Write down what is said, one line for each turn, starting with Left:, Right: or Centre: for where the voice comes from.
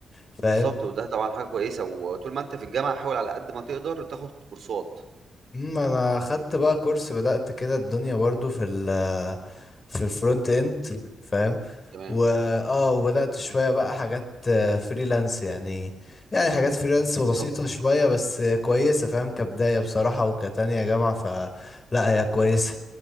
Left: <laughs>
Right: بالضبط،
Left: فاهم
Right: وده طبعًا حاجة كويسة، وطول ما أنت في الجامعة حاول على قد ما تقدر تاخد كورسات،
Left: امم انا خدت بقى كورس بدأت كده الدنيا برضو في ال في الفرونت اند فاهم
Right: تمام،
Left: و اه وبدأت شوية بقى حاجات فريلانس يعني يعني حاجات فريلانس بسيطة
Right: بالضبط،
Left: شوية بس كويسة فاهم كبداية بصراحة وكتانية جامعة فلا هي كويسة